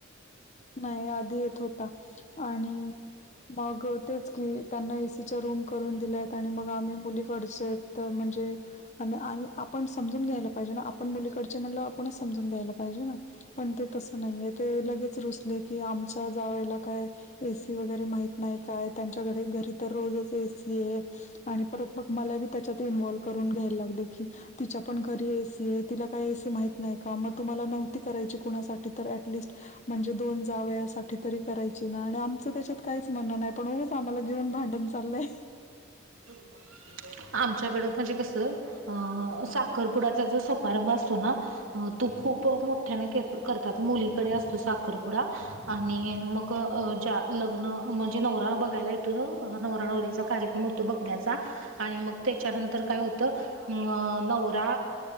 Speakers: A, on the left; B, on the right.
A: नाही आधी येत होता आणि मग तेच की त्यांना ए सी च्या रूम करून दिल्यात आणि मग आम्ही मुलीकडचेत त म्हणजे आणि आण आपण समजून घ्यायला पाहिजे ना, आपण मुलीकडचे म्हणलं आपणच समजून घ्यायला पाहिजे ना. पण ते तसं नाहीये ते लगेच रुसले की आमच्या जावयाला काय ए सी वगैरे माहीत नाही काय त्यांच्याकडे घरी तर रोजच ए सी आहे आणि परत मग मला बी त्याच्यात इन्वॉल्व करून घ्यायला लागले की तिच्या पण घरी ए सी आहे, तिला काही ए सी माहीत नाही का? मग तुम्हाला नव्हती करायची कुणासाठी तर ऍटलिस्ट म्हणजे दोन जावयासाठी तरी करायची ना आणि आमचं त्याच्यात काहीच म्हणं नाही पण च आम्हाला घेऊन भांडण चाललंय.
B: <inaudible> आमच्याकडं म्हणजे कसं अं साखरपुडाचा जो समारंभ असतो ना हा अ तू खूप मोठ्याने के करतात मुलीकडे असतो साखरपुडा आणि मग अ ज्या लग्न म्हणजे नवरा बघायला येतो ना नवरा नवरीचा कार्यक्रम होतो तो बघण्याचा आणि मग त्याच्यानंतर काय होतं अं नवरा